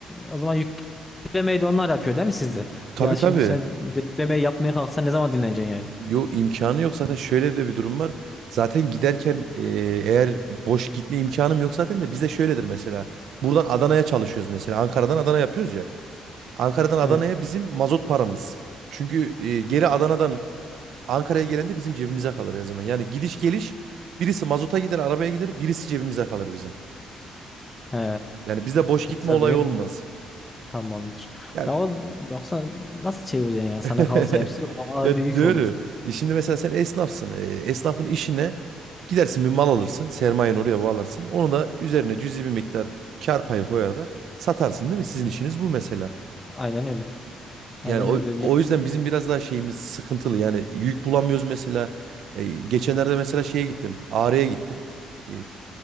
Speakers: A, on the left; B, on the right.
A: e, o zaman yüklemeyi de onlar yapıyor değil mi sizde?
B: Tabii
A: Ya
B: tabii.
A: şimdi sen yüklemeyi yapmaya kalksan ne zaman dinleneceksin yani?
B: Yo imkanı yok zaten şöyle de bir durum var. Zaten giderken e, eğer boş gitme imkanım yok zaten de bizde şöyledir mesela. Buradan Adana'ya çalışıyoruz mesela. Ankara'dan Adana yapıyoruz ya. Ankara'dan Adana'ya
A: Evet.
B: bizim mazot paramız. Çünkü e, geri Adana'dan Ankara'ya gelen de bizim cebimize kalır her zaman. Yani gidiş geliş birisi mazota gider arabaya gider birisi cebimize kalır bizim.
A: He,
B: Yani bize boş gitme
A: insan
B: olayı
A: bilir
B: olmaz.
A: mi? Tamamdır.
B: Ya
A: Ya o, yoksa nasıl çevireceksin yani?
B: <laughs>
A: Sana kalsa hepsi o ağır
B: Ya
A: bir yük
B: doğru.
A: olur.
B: E Şimdi mesela sen esnafsın. E, esnafın işine gidersin bir mal alırsın. Sermayeni oraya bağlarsın. Onu da üzerine cüzi bir miktar kar payı koyarak satarsın değil mi? Sizin
A: Hı hı.
B: işiniz bu mesela.
A: Aynen öyle. Aynen
B: Yani o,
A: öyle.
B: o
A: Ya,
B: yüzden bizim biraz daha şeyimiz sıkıntılı. Yani yük bulamıyoruz mesela. E, geçenlerde mesela şeye gittim. Ağrı'ya gittim. E,